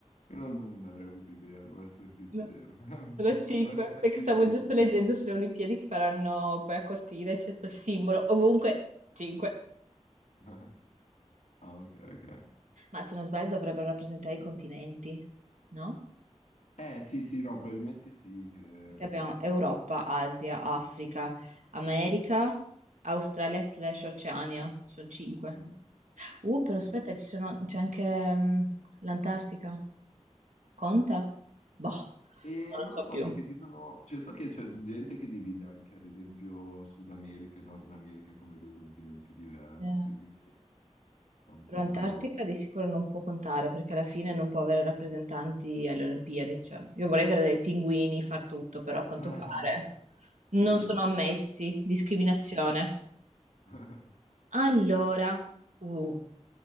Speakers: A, on the left; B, on the right.
A: Io non, non ne avrei avuto idea, devo essere sincero.
B: No,
A: <laughs> Perché-
B: Sono cinque,
A: Però in effetti...
B: perché stavo giusto leggendo sulle Olimpiadi che faranno poi a Cortina, e c'è quel simbolo ovunque. Cinque.
A: <laughs> Ah, ok, ok.
B: Ma se non sbaglio dovrebbero rappresentare i continenti, no?
A: Eh, sì, sì, no, probabilmente sì. che-
B: Perché abbiamo Europa, Asia, Africa, America, Australia slash Oceania, sono cinque.
A: mm,
B: Uh, però
A: sì,
B: aspetta,
A: sì.
B: ci sono- c'è anche mm, l'Antartica. Conta? Boh, non
A: E
B: lo
A: non
B: so
A: lo so
B: più.
A: perché ci sono... Cioè, so che c'è gente che divide anche, ad esempio, Sud America e Nord America come due continenti diversi,
B: Eh,
A: quindi è un
B: Però
A: po'...
B: Antartica di sicuro non può contare perché alla fine non può avere rappresentanti alle Olimpiadi. cioè, io vorrei vedere dei pinguini far tutto, però a quanto
A: <laughs>
B: pare non
A: Sì, perfetto.
B: sono ammessi. Discriminazione.
A: <laughs>
B: Allora, uh,